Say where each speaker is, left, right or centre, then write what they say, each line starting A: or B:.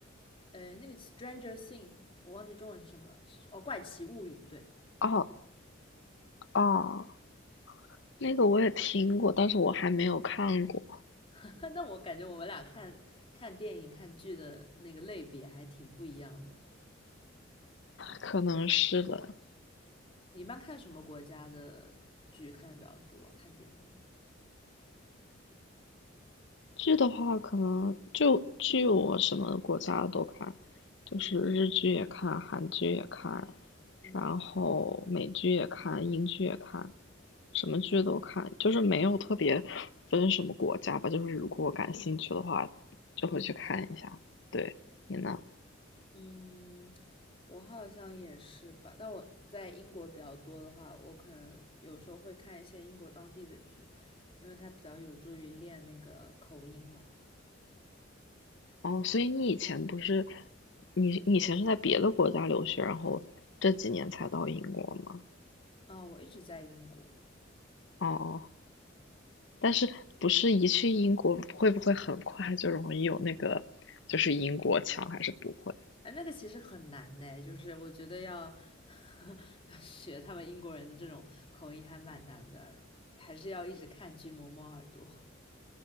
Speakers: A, on the left; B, on the left.
A: 呃，那个《Stranger Thing》，我忘记中文是什么了，是哦，《怪奇物语》。对，
B: 哦哦，那个我也听过，但是我还没有看过，
A: <laughs> 那我感觉我们俩看看电影、看剧的那个类别还挺不一样的。
B: 可能是的。
A: 你一般看什么国家的剧看的比较多啊看电影啊
B: 剧的话，可能就剧我什么国家的都看，就是日剧也看，
A: 嗯
B: 韩剧也看，
A: 嗯
B: 然后美剧也看，英剧也看，什么剧都看，就是没有特别分什么国家吧，就是如果我感兴趣的话，就会去看一下。
A: 嗯
B: 对，你呢？
A: 嗯，我好像也是吧。但我在英国比较多的话，我可能有时候会看一些英国当地的剧，因为它比较有助于练那个口音嘛。
B: 哦，所以你以前不是，你你以前是在别的国家留学，然后这几年才到英国吗？
A: 啊、我一直在英国，
B: 哦哦，但是不是一去英国会不会很快就容易有那个，就是英国腔，还是不会？
A: 哎，那个其实很难呢，就是我觉得要 <laughs> 要学他们英国人的这种口音还蛮难的，还是要一直看剧磨磨耳朵。